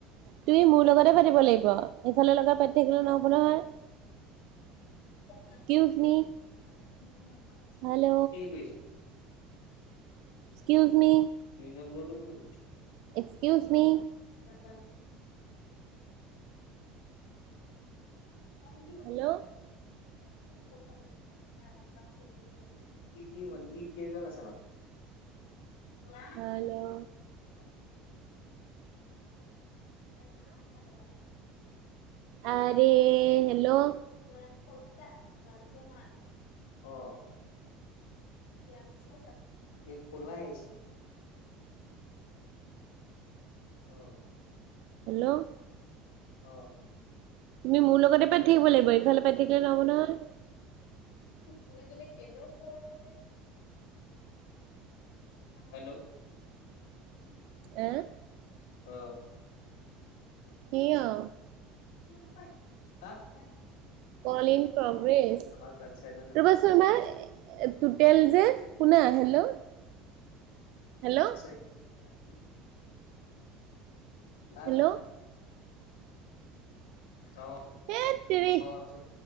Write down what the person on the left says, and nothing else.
<unintelligible>
<unintelligible>
দুই নম্বৰটো কোন।
<unintelligible> পজি বছে
<unintelligible> নান
<unintelligible> ত নাল কলাৰ <unintelligible>
<unintelligible> মাছ অ বিয়া পাতছে <unintelligible> এই পলাই আহিছে। অ',
অ',
ফুৰিবলৈ গলে <unintelligible> হেল্ল'
অ',
<unintelligible> কাত
আমাৰ কালচাৰেলত নাপায়
চেই <unintelligible> ভাল
ভাল অ
অ <unintelligible>